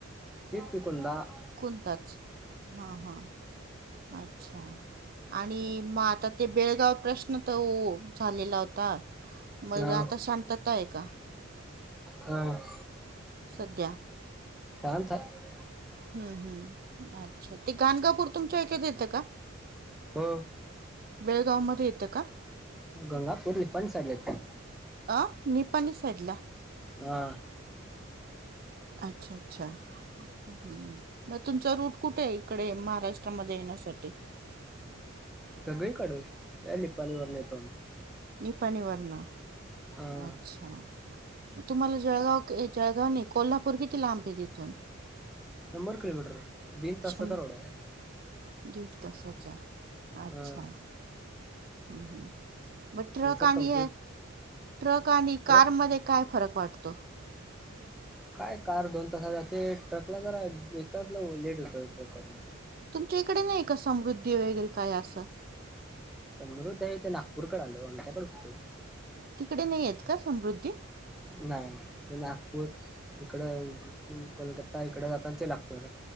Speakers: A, in the centre; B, on the right.
A: <unintelligible>
B: कोणताच? हा हा अच्छा. आणि मग आता ते बेळगाव प्रश्न तर झालेला होता. मग
A: हा
B: आता शांतता आहे का?
A: हा <inaudible>
B: सध्या
A: शांत आहे.
B: हम्म हम्म अच्छा ते गाणगापूर तुमच्या इथेच येत का?
A: हो.
B: बेळगाव मध्ये येत का?
A: गंगापूर निपाणी साईडला येतय.
B: अ निपाणी साईडला
A: हा.
B: अच्छा अच्छा ह् मग तुमचा रूट कुठे आहे? इकडे महाराष्ट्र, मध्ये येण्यासाठी.
A: सगळीकडे निपाणी वरून येतो आम्ही.
B: निपाणी वरन
A: हा
B: अच्छा. तुम्हाला जळगाव जळगाव न कोल्हापूर किती लांब आहे तिथून.
A: शंभर किलोमीटर तिन तासाचा
B: शं
A: रोड आहे.
B: दीड तासाचा अच्छा.
A: हा
B: हम्म हम्म. मग ट्रक
A: तुमचा
B: आणि
A: कंप्लीट
B: ट्रक आणि कार
A: ट्रक
B: मध्ये काय फरक वाटतो. वा
A: काय कार दोन तासात जाते. ट्रकला जरा एक तास लेट होतोय ट्रक वरून.
B: तुमच्या इकडे नाही का समृद्धी वगैरे काय अस.
A: समृद्धी आहे ते नागपूरकडे आलो हो आमच्याकडे कुठे.
B: तिकडे नाही आहेत का समृद्धी.
A: नाही नाही ते नागपूर, इकड कोलकत्ता इकड जाता ते लागतो